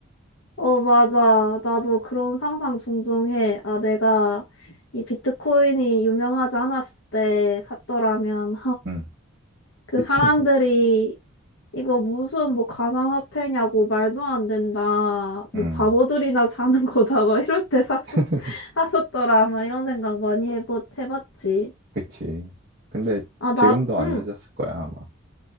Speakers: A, on the left (about 65°); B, on the right (about 45°).
A: 어, 맞아. 나도 그런 상상 종종 해. 아, 내가 이 비트코인이 유명하지 않았을 때 샀더라면,
B: 음.
A: 그
B: 그치.
A: 사람들이 이거 무슨 뭐 가상화폐냐고 말도 안 된다. 뭐
B: 음,
A: 바보들이나 사는 <laughs> 거다. 막 이럴 때 샀었,
B: <laughs>
A: <laughs> 샀었더라. 막 이런 생각 많이 해보, 해봤지.
B: 그치. 근데
A: 아, 나,
B: 지금도 안
A: 응.
B: 늦었을 거야, 아마.